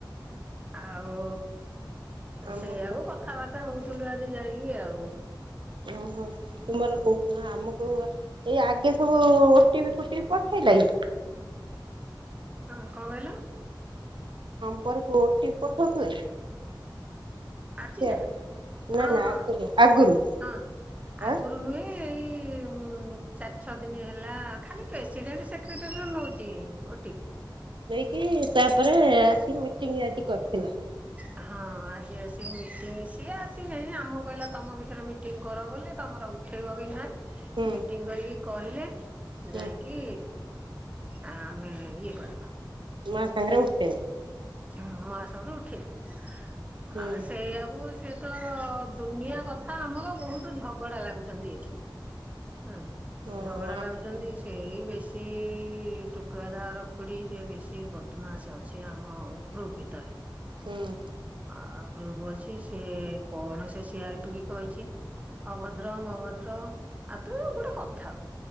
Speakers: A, on the right (about 15°); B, on the right (about 75°).
A: ଆଉ
B: ଆମ
A: ସେଇକୁ କଥାବାର୍ତ୍ତା ହଉ ଥୁଲୁ ଆଜି ଯାଇକି ଆଉ।
B: ଓହୋ। ତୁମର <unintelligible> ଏଇ ଆଗେ ସବୁ ଓଟିପି ଫୋଟିପି ପଠେଇଲା କି?
A: ହଁ କଣ କହିଲ?
B: ତମର କୋଉ ଓଟିପି ପଠାଉଥିଲା କି?
A: ଆଜି
B: ସେ
A: ନା
B: ନା
A: ହଁ
B: ନା
A: ହଁ
B: ଆଗରୁ ଆଗରୁ
A: ହଁ ଆଗରୁ
B: ଆଁ
A: ନୁହେ ଏଇ ହୁଁ ଚାରି ଛଅ ଦିନ ହେଲା ଖାଲି ପ୍ରେସିଡେଣ୍ଟ ସେକ୍ରେଟାରୀରୁ ନଉଛି। ଓଟିପି
B: ନେଇକି ତାପରେ ଆସିିକି ମିଟି ଟିଙ୍ଗି ଆଜି କରିଥିଲା।
A: ହଁ ଆଜି ଆସିକି ମିଟିଂ ସିଏ ଆଶି ନାହିଁ ଆମକୁ କହିଲା ତମ ଭିତରେ ମିଟିଂ କର ବୋଲି ତମର ଉଠେଇବ କି ନାହିଁ।
B: ହୁଁ
A: ମିଟିଂ କରି କହିଲେ।
B: ହୁଁ
A: ଯାଇକି ଆ ଆମେ ଇଏ କର
B: ମା ସାଙ୍ଗରେ ଉଠେଇବ।
A: ହ ମା ସାଙ୍ଗରେ ଉଠେଇବ।
B: ହୁଁ
A: ଆଉ ସେଇଆକୁ ସେ ତ ଦୁନିଆ କଥା ଆମର ବହୁତ ଝଗଡା ଲାଗୁଛନ୍ତି ଏଠି। ହଁ
B: ହଁ
A: ଝଗଡା ଲାଗୁଛନ୍ତି। ସେଇ ବେଶି ଟୁଟୁ ଦଦା ହର ଖୁଡ଼ି ସେ ବେଶି ବଦମାସ ଅଛି ଆମ ଗ୍ରୁପ ଭିତରେ।
B: ହୁଁ।
A: ଆଉ ଗ୍ରୁପ ଅଛି ସିଏ କଣ ସେ ସିଆରପି କି କହିଛି ଅଭଦ୍ର ମଭଦ୍ର ଆଉ ତୁ ଗୋଟେ କଥାକୁୁ